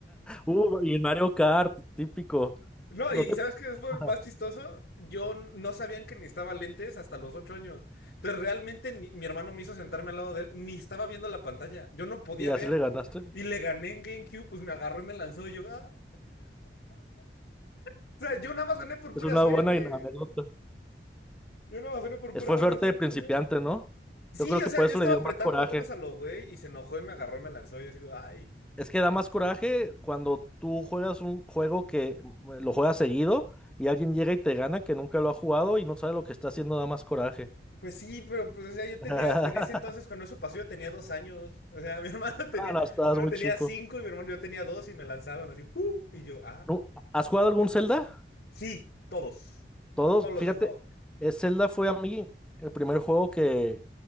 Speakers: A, in the centre; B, on the left.
A: Uh, y el Mario Kart, típico.
B: No,
A: Lo
B: y
A: te-
B: ¿sabes qué fue
A: <laughs>
B: lo más chistoso? Yo n- no sabían que necesitaba lentes hasta los ocho años. Entonces realmente ni- mi hermano me hizo sentarme al lado de él, ni estaba viendo la pantalla. Yo no podía
A: Y
B: ver.
A: así le ganaste.
B: Y le gané en GameCube, pues me agarró y me lanzó y yo, ah. O sea, yo nada más gané por pura
A: Es una
B: suerte.
A: buena anécdota.
B: Yo nada más gané por
A: Es-
B: pura
A: Fue
B: buena
A: suerte
B: suerte,
A: de principiante,
B: ya.
A: ¿no?
B: Sí,
A: Yo creo
B: o
A: que
B: sea,
A: por
B: yo
A: eso
B: estaba
A: le dio
B: apretando
A: más coraje.
B: botones a lo güey y se enojó y me agarró y me lanzó. Y yo así, ay,
A: Es que da más coraje cuando tú juegas un juego que mm, lo juegas seguido y alguien llega y te gana que nunca lo ha jugado y no sabe lo que está haciendo, da más coraje.
B: pues sí, pero pues, o sea, yo tenía,
A: <laughs>
B: en ese entonces, cuando eso pasó, yo tenía dos años. O sea, <laughs> mi hermano tenía,
A: Ah, no,
B: mi
A: estabas
B: hermano
A: muy
B: tenía
A: chico.
B: cinco y mi hermano yo tenía dos y me lanzaron así, ¡fu! Y yo, ah,
A: Nu- ¿Has jugado algún Zelda?
B: sí, todos.
A: Todos,
B: Todos los
A: fíjate,
B: he jugado.
A: eh, Zelda fue a mí el primer juego que,